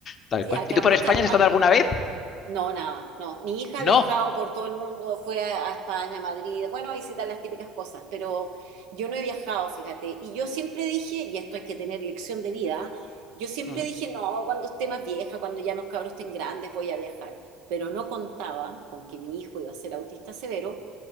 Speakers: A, on the left; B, on the right.
A: tal
B: sí,
A: cual.
B: acá
A: ¿Y tú por
B: muchas,
A: España has estado alguna vez?
B: no, nada, no. Mi hija
A: No.
B: ha viajado por todo el mundo, fue a, a España, a Madrid, bueno, a visitar las típicas cosas, pero yo no he viajado, fíjate. Y yo siempre dije, y esto hay que tener lección de vida, ¿ah? yo siempre
A: Mm,
B: dije, no, cuando esté más vieja, cuando ya los cabros estén grandes, voy a viajar. Pero no contaba con que mi hijo iba a ser autista severo